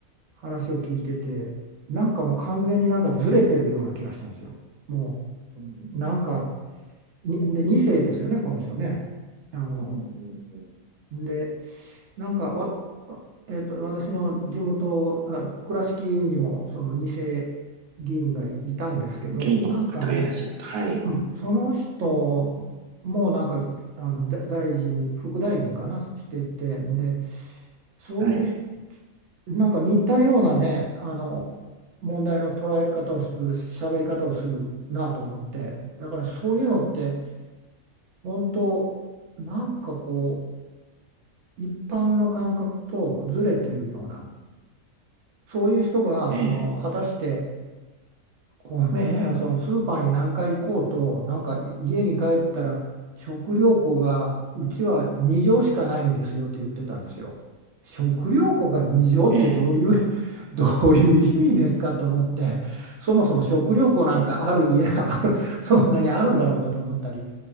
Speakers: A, on the right; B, on the right.
A: 話を聞いててなんかもう完全になんかずれてるような気がしたんですよ。も
B: うん、
A: うなんか、
B: うん、
A: にで、2世ですよね、この人ね。あの、
B: うん、うん、うん。
A: で、なんかわ、えっと、私の地元、あ、倉敷にもその2世議員がい、いたんですけど、
B: 議員の方がいらっしゃった。
A: なんかね、
B: はい。
A: うん、その人もなんか、あの、だ大臣、副大臣かな、してて、んで、そういう人
B: はい。
A: なんか似たようなね、あの、問題の捉え方をする、喋り方をするなと思って、だからそういうのって、本当なんかこう一般の感覚とずれてるようなそういう人がその果たして
B: ええ、
A: 米やそのスーパーに何回行こうとなんか家に帰ったら食料庫がうちは2畳しかないんですよって言ってたんですよ。食料庫が2畳ってどういう
B: ええ、
A: <laughs> どういう意味ですかって思ってそもそも食料庫なんかある家があるそんなにあるんだろうかと思ったり。
B: ええ。